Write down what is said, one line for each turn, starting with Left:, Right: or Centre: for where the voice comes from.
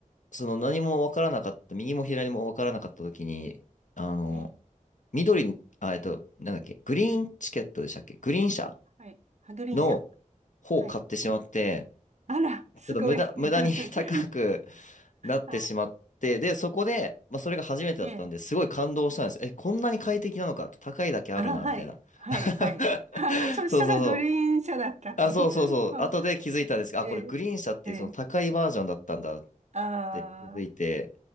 Left: その何もわからなかった、右も左もわからなかった時に、あの、
Right: えー、
Left: 緑、あ、えっと、なんだっけ、グリーンチケットでしたっけグリーン車
Right: はい。ハグリン社。
Left: の方を買ってしまって、
Right: はい。あら、すごい。
Left: ちょっと無駄、
Right: <laughs>
Left: 無駄に <laughs> 高くなってしまって、
Right: はい。
Left: で、そこで、まあ、それが初めてだったんで、
Right: えー、
Left: すごい感動したんですよ。え、こんなに快適なのかと、高いだけあるな、
Right: あ、はい。
Left: みたいな。
Right: はい、
Left: <laughs>
Right: はい。<laughs> は、そしたらグリーン車だったと。
Left: そうそうそう。あ、そうそうそう。
Right: <laughs> あ、
Left: 後で気づいたんですが、
Right: そえ
Left: あ、これグリーン車っていうその高いバージョンだったんだっ
Right: ー、えー、あー、
Left: て気づいて、